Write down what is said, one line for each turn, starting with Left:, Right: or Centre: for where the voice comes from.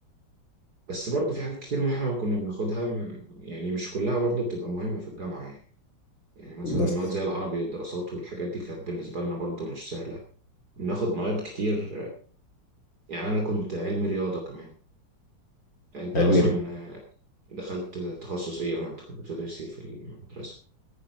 Right: بس برضه في حاجات كتير مهمة كنا بناخدها م- يعني مش كلها برضه بتبقى مهمة في الجامعة يعني يعني مثلا
Left: بس
Right: مواد زي العربي والدراسات والحاجات دي كانت بالنسبة لنا برضو مش سهلة بناخد مواد كتير يعني أنا كنت علمي رياضة كمان يعني أنت
Left: علمي
Right: أصلا
Left: رياضة
Right: دخلت تخصص إيه ولا أنت كنت بتدرس إيه في المدرسة؟